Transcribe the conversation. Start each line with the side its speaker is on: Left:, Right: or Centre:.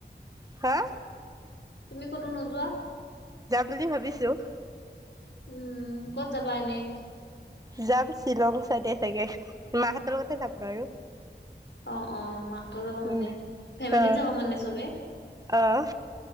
Right: হা
Left: তুমি ক'তো নোযোৱা?
Right: যাম বুলি ভাবিছো।
Left: উম', ক'ত যাবা এনে?
Right: যাম শ্বিলং চাইডে চাগে, মাহাহতৰ লগতে যাম বাৰু।
Left: অ'-অ', মাহঁতৰ যাব
Right: উম
Left: মানে। ফেমিলি
Right: আহ
Left: যাব মানে চবে?
Right: আহ